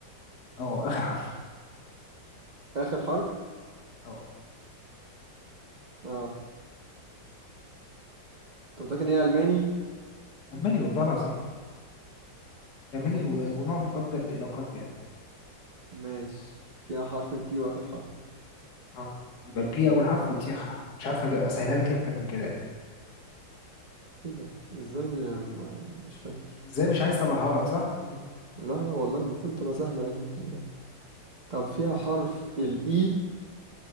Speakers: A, on the left; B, on the right.
A: اه اخر حرف
B: آخر حرف
A: اه
B: اه أنت متأكد إن هي ألماني؟
A: الماني والله العظيم الماني
B: ماشي
A: و- ونوع مفضل الى قلبي يعني
B: ماشي فيها حرف التي وآخر حرف
A: اه يبقى البي اول حرف والتي اخر حرف مش عارف أجي- اسهلها لك إيه اكتر من كده يعني.
B: إيه ده؟ إزاي م- ما- مش فاكر
A: ازاي مش عايز اطلعها لك صح مم.
B: لا لا والله المفروض تبقى سهلة يعني إيه ده؟ طب فيها حرف الإي